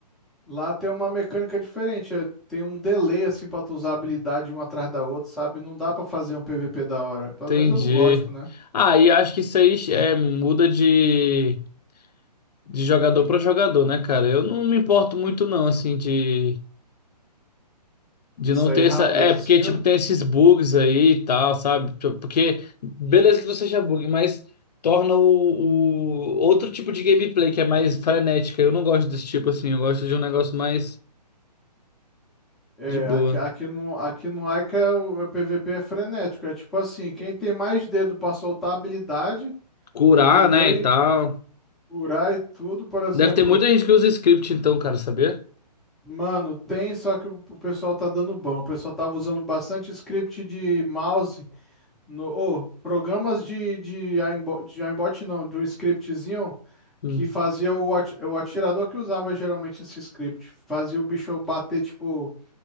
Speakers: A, in the centre; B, on the left (about 70°).
A: Lá tem uma mecânica diferente, é, tem um delay assim para tu usar a habilidade uma atrás da outra, sabe? Não dá para fazer um PVP da hora. Pelo
B: entendi.
A: menos eu não gosto, né?
B: Ah, e acho que isso aí é, muda de, de jogador pra jogador, né, cara? Eu não me importo muito, não, assim, de, de
A: De sair
B: não ter
A: rápido
B: essa. É,
A: as
B: porque,
A: skills.
B: tipo, tem esses bugs aí e tal, sabe? Tipo, Porque, beleza que não seja bug, mas torna o, o outro tipo de gameplay que é mais frenética. Eu não gosto desse tipo, assim. Eu gosto de um negócio mais
A: É,
B: de boa.
A: aqui, aqui no, aqui no Aika é o o PVP é frenético. É tipo assim, quem tem mais dedo para soltar a habilidade,
B: curar,
A: entendeu?
B: né, e tal.
A: curar e tudo, por exemplo,
B: Deve ter muita gente que usa script, então, cara, sabia?
A: mano, tem, só que o o pessoal tá dando bom. O pessoal tava usando bastante script de mouse, no, ô, programas de, de, aimbot, de aimbot, não, de um scriptzinho
B: Hum.
A: que fazia o, ati- o atirador que usava geralmente esse script. Fazia o bicho bater, tipo,